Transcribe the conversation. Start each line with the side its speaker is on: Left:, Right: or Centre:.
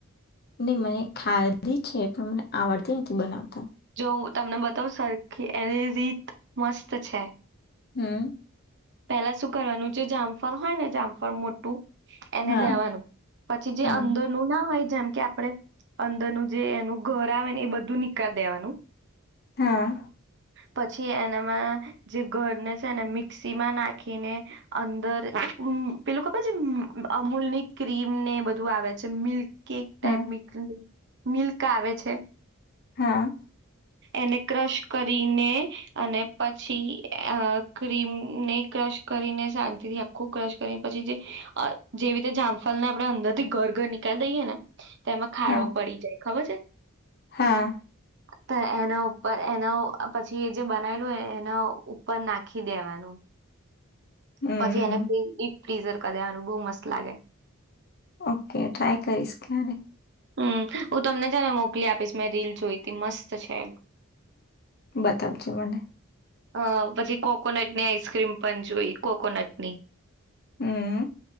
Left: નહી મને ખાધી છે પણ મને આવડતી નથી બનાવતા.
Right: હુ તમને બતાવ સરખી એની રીત મસ્ત છે.
Left: હમ્મ.
Right: પેલા શું કરવાનું છે જામફળ હોય ને જામફળ મોટું એને
Left: હા
Right: લેવાનું પછી જે
Left: હા
Right: અંદરનું ના હોય જેમ કે આપડે અંદરનું જે એનું ઘર આવે ને એ બધું નિકાલ દેવાનું.
Left: હા.
Right: પછી એનામાં જે ઘરને છે ને મિક્સ સીમા નાખીને અંદર <unintelligible> પેલું ખબર છે અમૂલ ની ક્રીમ ને બધું આવે છે મિલ્ક કેક ટાઈપ
Left: હા
Right: બી ક મિલ્ક આવે છે.
Left: હા.
Right: એને ક્રશ કરીને અને પછી અ ક્રીમ ને ક્રશ કરીને શાંતિ થી આખું ક્રશ કરીને પછી જે જેવી રીતે જામફલ ને આપડે અંદર થી ઘર ઘર નીકાળી દઈએ ને તેમાં ખાડો
Left: હા
Right: પડી જાય. ખબર છે?
Left: હા
Right: તો એના ઉપર એના પછી એ જે બનાયલું હોય એના ઉપર નાખી દેવાનુ
Left: હમ
Right: પછી એને પેલું ડીપ ફ્રીઝર કર દેવાનું બો મસ્ત લાગે.
Left: ઓકે ટ્રાય કરીશ ક્યારે.
Right: હમમ હું તમને છે ને મોકલી આપીશ મેં રીલ જોઈ તી મસ્ત છે.
Left: બતાવજે મને
Right: અ પછી કોકોનટની આઈસક્રીમ પણ જોઈ કોકોનટ ની.
Left: હમમ